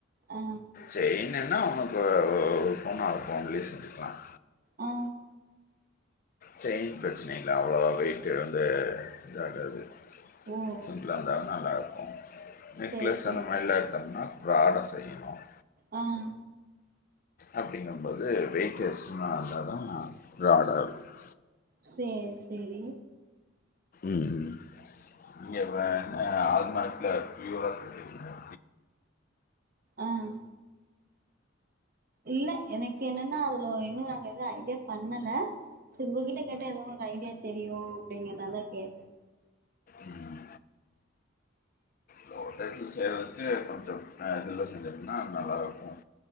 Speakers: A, on the right; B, on the left.
A: ஆ
B: சயின் என்ன ஒரு பவுன் அர பவுன்லயே செஞ்சுக்கலாம்
A: ஆ
B: செயின் பிரச்சனைங்களா அவ்ளோ வெய்ட்டு வந்து இதாகாது
A: ஓ
B: சிம்புளா இருந்த நல்லா நெக்லஸ்
A: சேரி சேரி
B: அந்த மாரிலாம் எடுத்தோம்னா ப்ராட செய்யனும்
A: ஆ ஆ
B: அப்படிங்கபோது வெயிட் எஸ்டர்ன்ன இருந்தா தான் ப்ராட இருக்கும்
A: சேரி சேரி
B: ம் இங்க தான <unintelligible> <unintelligible> ஃபர்ஸ்ட்யுறா <unintelligible>
A: ஆஹ் இல்ல எனக்கு என்னன்னா அதுல ஒரு இன்னும் நாங்க எதுவும் ஐடியா பண்ணல சோ உங்ககிட்ட கேட்ட ஏதோ ஒரு ஐடியா தெரியும் அப்படிங்கறனால கேட்டே
B: ம் லோ டச்ல செய்றதுக்கு கொஞ்சம் இதுல செஞ்சம்னா நல்லாயிருக்கும்